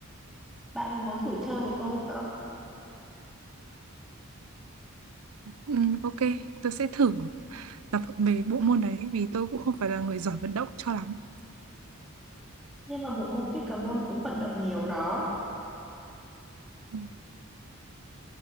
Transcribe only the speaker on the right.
Ừ.
Ừ, ok, tôi sẽ thử tập về bộ môn đấy vì tôi cũng không phải là người giỏi vận động cho lắm.
Ừ.